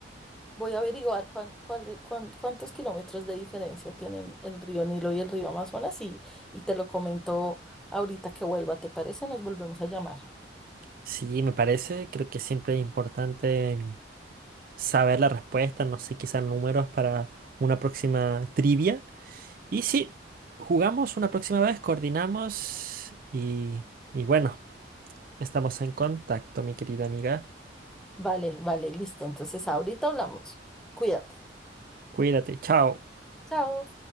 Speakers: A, in the centre; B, on the right.
A: voy a averiguar cuán- cuál- cuán- cuántos kilómetros de diferencia tienen el río Nilo y el río Amazonas y, y te lo comento ahorita que vuelva, ¿te parece? Nos volvemos a llamar.
B: Sí, me parece, creo que siempre es importante. saber la respuesta, no sé, quizás números para una próxima trivia. Y sí, jugamos una próxima vez, coordinamos y, y bueno, estamos en contacto, mi querida amiga.
A: Vale, vale, listo. Entonces, ahorita hablamos. Cuídate.
B: Cuídate, chao.
A: Chao.